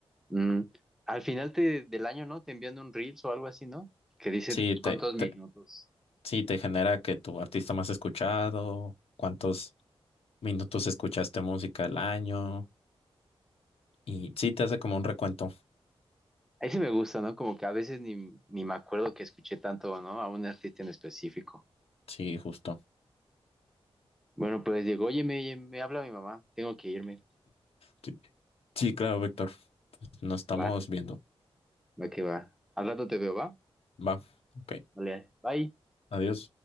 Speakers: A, in the centre; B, on the left (about 70°).
A: Mm, Al final te- del año, ¿no? Te envían un Reels o algo así, ¿no? Que dice
B: Sí, te,
A: cuántos minutos.
B: te, sí, te genera que tu artista más escuchado, cuántos minutos escuchaste música el año Y sí, te hace como un recuento.
A: Ahí sí me gusta, ¿no? Como que a veces ni, ni me acuerdo que escuché tanto, ¿no? A un artista en específico.
B: Sí, justo.
A: Bueno, pues digo, oye, me, me habla mi mamá, tengo que irme.
B: Sí, sí, claro, Víctor. Nos estamos
A: Va,
B: viendo.
A: va que va. Al rato te veo, ¿va?
B: Va. Ok.
A: Vale, bye.
B: Adiós.